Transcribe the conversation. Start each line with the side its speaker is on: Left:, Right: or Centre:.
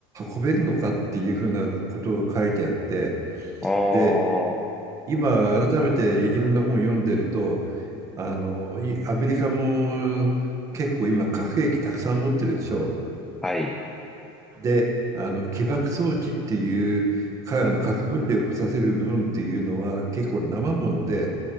Right: 運べるのかっていうふうなことを書いてあって
Centre: あー、
Right: で今改めていろんな本を読んでるとあのいアメリカも結構今核兵器たくさん持ってるでしょ
Centre: はい。
Right: で、あの起爆装置っていうかあの核分裂を起こさせる部分っていうのは結構生もので